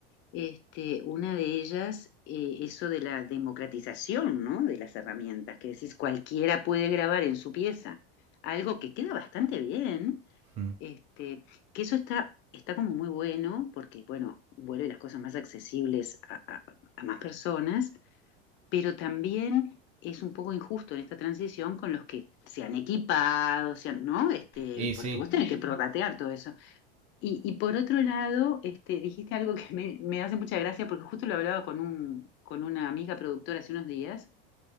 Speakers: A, on the left; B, on the right.
A: Este, una de ellas, eh, eso de la democratización, ¿no? De las herramientas, que decís, cualquiera puede grabar en su pieza. Algo que queda bastante bien.
B: Mm.
A: Este, que eso está, está como muy bueno, porque, bueno, vuelve las cosas más accesibles a, a- a más personas, pero también es un poco injusto en esta transición con los que se han equipado, se han- ¿no? Este,
B: Y sí,
A: porque vos tenés que prorratear todo eso. Y, y por otro lado, este, dijiste algo que me, me hace mucha gracia, porque justo lo hablaba con un, con una amiga productora hace unos días,